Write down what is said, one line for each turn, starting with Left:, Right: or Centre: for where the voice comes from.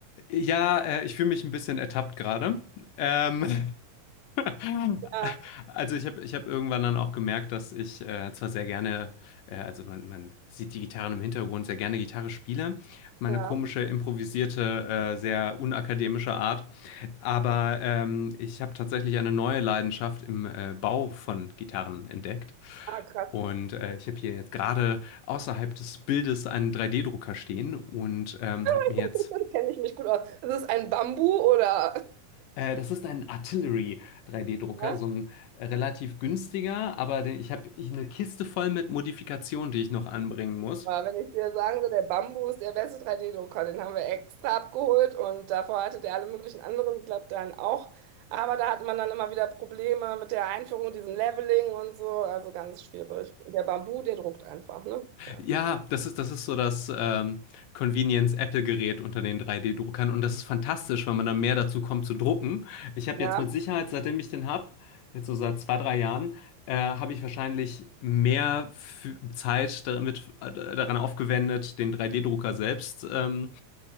Left: Ja, äh, ich fühle mich ein bisschen ertappt gerade. Ähm, <laughs>
Right: ja,
Left: also ich habe ich hab irgendwann dann auch gemerkt, dass ich äh, zwar sehr gerne, äh, also man, man sieht die Gitarren im Hintergrund, sehr gerne Gitarre spiele, meine
Right: ja.
Left: komische, improvisierte, äh, sehr unakademische Art, aber ähm, ich habe tatsächlich eine neue Leidenschaft im äh, Bau von Gitarren entdeckt.
Right: Ah, krass,
Left: Und äh, ich habe hier jetzt gerade außerhalb des Bildes einen 3D-Drucker stehen und ähm, habe
Right: <laughs>
Left: mir jetzt
Right: kenne ich mich gut aus. Ist es ein Bambu oder?
Left: Äh, das ist ein Artillery 3D-Drucker,
Right: ja?
Left: so ein äh, relativ günstiger, aber den, ich habe eine Kiste voll mit Modifikationen, die ich noch anbringen muss.
Right: Aber wenn ich dir sagen soll, der Bambus, der beste 3D-Drucker, den haben wir extra abgeholt und davor hatte der alle möglichen anderen dann auch. Aber da hat man dann immer wieder Probleme mit der Einführung, diesem Leveling und so, also ganz schwierig. Und der Bambu, der druckt einfach, ne? Ja,
Left: Ja, das ist, das ist so das ähm, Convenience-Apple-Gerät unter den 3D-Druckern und das ist fantastisch, weil man dann mehr dazu kommt zu drucken. Ich habe
Right: ja
Left: jetzt mit Sicherheit, seitdem ich den habe, jetzt so seit zwei, drei Jahren, äh, habe ich wahrscheinlich mehr fü- Zeit damit, äh, daran aufgewendet, den 3D-Drucker selbst ähm,